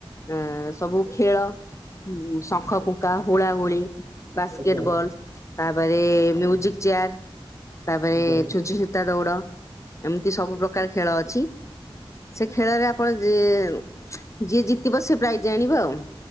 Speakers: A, on the left (about 30°); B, on the right (about 25°).
A: ଆ ସବୁ ଖେଳ ଶଙ୍ଖ ଫୁଙ୍କା, ହୋଳାହୁଳି ବାସ୍କେଟବଲ
B: ଆଜ୍ଞା
A: ତାପରେ
B: ଆଜ୍ଞା
A: ମିୟୁଜିକ ଚେୟାର ତାପରେ
B: ଆଜ୍ଞା ଆଜ୍ଞା।
A: ଛୁଚି ସୂତା ଦୌଡ଼ ଏମିତି ସବୁ ପ୍ରକାର ଖେଳ ଅଛି, ସେ ଖେଳରେ ଆପଣ ଯିଏ ଯିଏ ଜିତିବ, ସେ ପ୍ରାଇଜ୍ ଆଣିବ ଆଉ